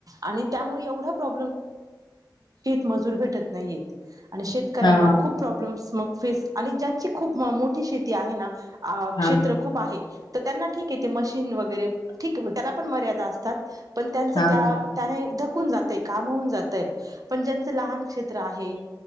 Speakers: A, on the right (about 55°); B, on the left (about 80°).
A: आणि त्यामुळे एवढं प्रॉ <unintelligible> श म भे नाही शेतकऱ्यांना
B: हा
A: खूप प्रॉब्लेम्स म फेस आणि ज्यांची खूप म मोठी शेती आहे ना. अ
B: हा
A: क्षेत्र
B: हा
A: खूप आहे. तर त्यांना ठीक आहे, ते मशीन वगैरे ठीक त्या पण मर्यादा असतात. पण त्यांच
B: हा
A: त्या त्याने धकून जातय काम होऊन जातय पण ज्यांच लहान क्षे त्र आहे